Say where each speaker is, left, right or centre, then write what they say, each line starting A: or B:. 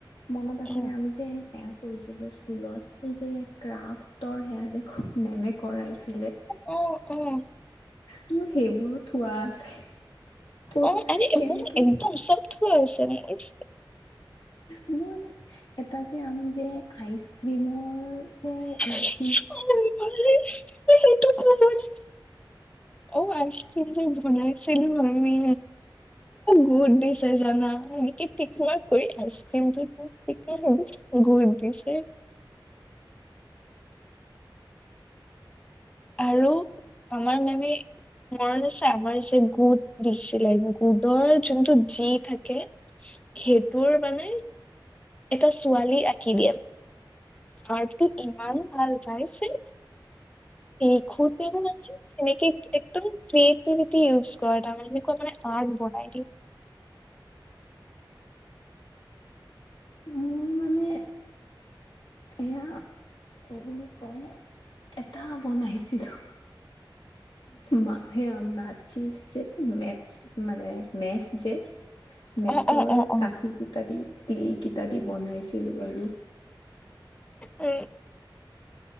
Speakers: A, on the left (about 75°); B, on the left (about 15°).
A: মনত আছেনে
B: উম
A: আমি যে সেয়া কৰিছিলোঁ স্কুলত এই যে ক্ৰাফটৰ সেয়া যে মেমে কৰাইছিলে।
B: উম, উম।
A: মোৰ সেইবোৰো থোৱা আছে। ক'ত
B: অ', আ
A: কেনেকে
B: মোৰ একদম চব থোৱা আছে মোৰ
A: মোৰ এটা যে আমি যে আইচ ক্ৰীমৰ যে লাঠি
B: সেইটো ক'বলৈ অ আইচ ক্ৰীম যে বনাইছিলো আমি গোট দিছে জানা এনেকে টিকমাৰ কৰি আইচক্ৰীমটোত <unintelligible> গুড দিছে
A: <inaudible>
B: আৰু আমাৰ মানে <unintelligible> আমাৰ যে গুড দিছিলে গুডৰ যোনটো যি থাকে সেইটোৰ মানে এটা ছোৱালী আঁকি দিয়া আৰ্টটো ইমান ভাল পাইছে লিখোঁতেও মানে কেনেকে, একদম ক্ৰিয়েটভিটি ইউজ কৰা তাৰমানে এনেকুৱ মানে আৰ্ট বনাই দেই।
A: মোৰ মানে এয়া কি বুলি কয় এটা বনাইছিলোঁ মানে মৰ্চিজ যে মেটচ মানে মেছ যে মেচৰ
B: অ অ অ অ
A: কাঠি কটা দি তিল কিটা দি বনাইছিলো আৰু।
B: উম